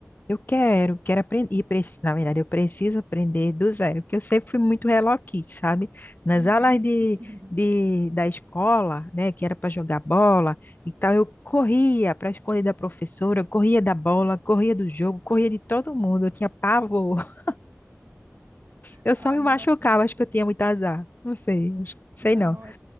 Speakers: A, on the left (about 35°); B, on the right (about 65°).
A: Eu quero, quero aprender. E, preci- na verdade, eu preciso aprender do zero, porque eu sempre fui muito Hello Kitty, sabe? Nas
B: Uhum.
A: aulas de,
B: <laughs>
A: de, da escola, né, que era para jogar bola e tal, eu corria para esconder da professora, eu corria da bola, corria do jogo, corria de todo mundo. Eu tinha pavor. <laughs> Eu
B: Ah,
A: só me
B: nossa.
A: machucava, acho que eu tinha muito azar. Não sei, acho- sei
B: Não,
A: não.
B: é,